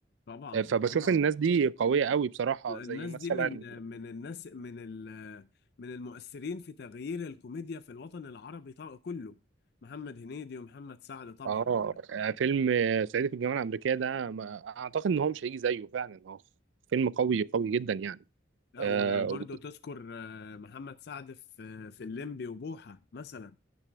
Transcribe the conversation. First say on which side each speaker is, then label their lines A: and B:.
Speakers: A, on the left; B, on the right.
A: طبعا
B: إيه، فبشوف
A: طبعا
B: الناس دي قويه قوي بصراحه
A: الناس
B: زي مثلا
A: دي من من الناس من ال- من المؤثرين في تغيير الكوميديا في الوطن العربي طبعا كله محمد هنيدي ومحمد سعد طبعا
B: اه فيلم آه، صعيدي في الجامعه الامريكيه ده ما- اعتقد ان هو مش هيجي زيه فعلا هو فيلم قوي قوي جدا يعني
A: لا
B: اه
A: وبرضه تذكر آه، محمد سعد في في الليمبي وبوحة مثلا